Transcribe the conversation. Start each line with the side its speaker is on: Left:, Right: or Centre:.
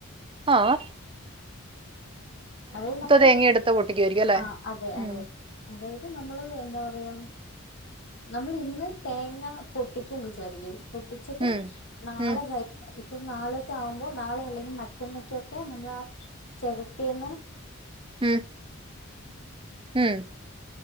Right: ആഹ
Left: അത്കഴിഞ്ഞിട്ട്
Right: തേങ്ങ എടുത്ത് പൊട്ടിക്കുവായിരിക്കും അല്ലേ
Left: ആ അതെ അതെ
Right: ഉം
Left: അതായത് നമ്മള് എന്താ പറയാ നമ്മൾ ഇന്ന് തേങ്ങ പൊട്ടിക്കാൻ വിചാരിക്കിന് പൊട്ടിച്ചത്
Right: ഉം
Left: നാളെ
Right: ഉം
Left: വ ഇപ്പ നാളെയൊക്കെ ആവുമ്പോൾ നാളെ അല്ലെങ്കിൽ മറ്റെണക്കൊക്കെ നമ്മൾ ആ ചിരത്തിീന്ന്
Right: ഉം ഉം